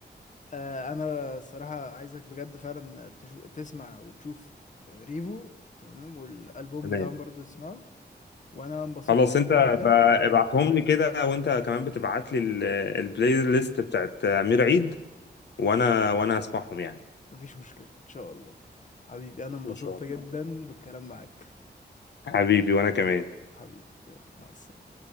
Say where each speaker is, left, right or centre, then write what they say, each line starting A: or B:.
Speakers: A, on the left; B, on the left.
A: آه، أنا الصراحة عايزك بجد فعلا تشو... تسمع وتشوف ريفو تمام والألبوم
B: تمام
A: بتاعهم برضو تسمعه وأنا انبسطت
B: خلاص انت
A: جدا
B: ب- ابعتهم لي كده وانت كمان بتبعت لي ال- البلاي ليست بتاعت امير عيد وانا وانا هسمعهم يعني
A: مفيش مشكلة إن شاء الله حبيبي أنا انبسطت
B: ان شاء الله
A: جدا بالكلام معاك
B: حبيبي وانا كمان
A: حبيبي يلا، مع السلامة